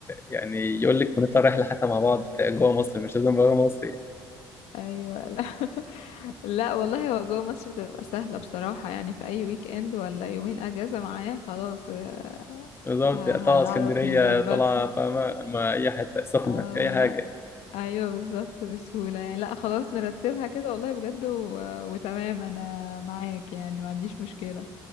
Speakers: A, on the left (about 20°); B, on the left (about 75°).
A: يعني يقول لك ونطلع رحله حتى مع بعض جوه مصر مش لازم بره مصر يعني
B: ايوه لا <laughs> لا والله هو جوه مصر تبقى سهله بصراحه يعني في اي ويك اند ولا يومين اجازه معايا خلاص آه،
A: بالظبط
B: ه-
A: طالعه
B: هنعرف
A: اسكندريه
B: نظبطها
A: طالعه فاهمه ما اي حته سخنه
B: اه
A: اي
B: والله
A: حاجه
B: ايوه بالظبط بسهوله يعني لا خلاص نرتبها كده والله بجد و... وتمام انا معاك يعني ما عنديش مشكله